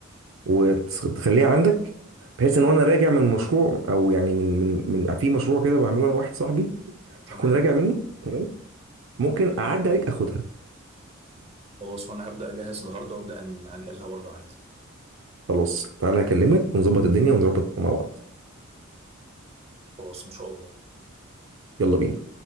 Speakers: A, on the right; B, on the right.
A: وتخليها عندك بحيث ان وانا راجع من المشروع او يعني من من من في مشروع كده بعمله انا واحد صاحبي
B: تمام
A: هكون راجع منه تمام ممكن اعدي عليك اخدها
B: خلاص وانا هبدا اجهز الهارد وابدا أن- انقلها برضو عندي
A: خلاص تعالى اكلمك ونظبط الدنيا ونظبط مع بعض
B: خلاص ان شاء الله
A: يلا بينا